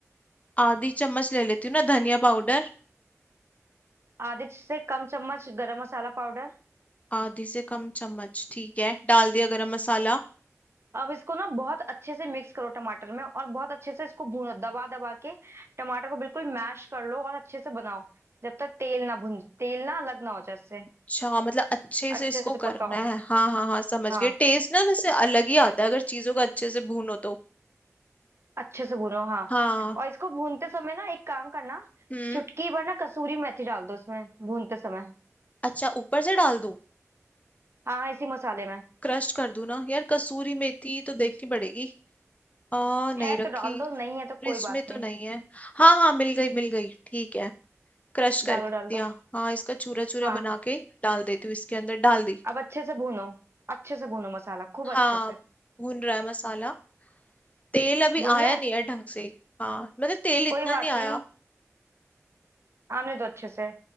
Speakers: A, on the left; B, on the right.
A: आधी चम्मच ले लेती हूँ ना धनिया पाउडर
B: आधे से कम चम्मच गरम मसाला पाउडर
A: आधी से कम चम्मच ठीक है डाल दिया गरम मसाला
B: अब इसको ना बहुत अच्छे से मिक्स करो टमाटर में और बहुत अच्छे से इसको भूनो दबा दबा के टमाटर को बिल्कुल मैश कर लो और अच्छे से बनाओ जब तक तेल ना भुन तेल ना अलग ना हो जाए इससे
A: अच्छा मतलब अच्छे
B: अच्छे
A: से इसको
B: से
A: करना
B: पकाओ
A: है हाँ हाँ हाँ समझ
B: हाँ
A: गए टेस्ट ना वैसे अलग ही आता है अगर चीजों का अच्छे से भूनो तो
B: अच्छे से भूनो हाँ
A: हाँ
B: और इसको भूनते समय ना एक काम करना
A: हम्म
B: चुटकी भर ना कसूरी मेथी डाल दो उसमें भूनते समय
A: अच्छा ऊपर से डाल दूं
B: हाँ इसी मसाले में
A: क्रश कर दूं ना यार कसूरी मेथी तो देखनी पड़ेगी आ नहीं
B: है
A: रखी
B: तो डाल दो नहीं है तो
A: फ्रिज
B: कोई बात
A: में
B: नहीं
A: तो नहीं है हाँ हाँ मिल गई मिल गई ठीक है क्रश
B: डालो
A: कर
B: डाल
A: दिया
B: दो
A: हाँ इसका चूरा चूरा
B: हाँ
A: बना के डाल देती हूँ इसके अंदर डाल दी
B: अब अच्छे से भूनो अच्छे से भूनो मसाला खूब
A: हाँ
B: अच्छे से
A: भून रहा है मसाला तेल अभी
B: भुन
A: आया
B: रहा
A: नहीं
B: है
A: है ढंग से हाँ मतलब तेल
B: कोई
A: इतना
B: बात
A: नहीं
B: नहीं
A: आया
B: आने दो अच्छे से